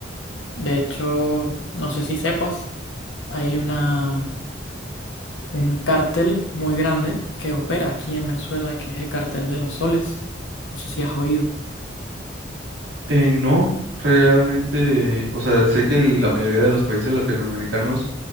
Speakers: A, on the left (about 80°); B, on the right (about 80°).
A: De hecho, no sé si sepas, hay una Hay un cártel muy grande que opera aquí en Venezuela, que es el cártel de los soles. No sé si has oído.
B: Eh, no, realmente, o sea, sé que la mayoría de los países latinoamericanos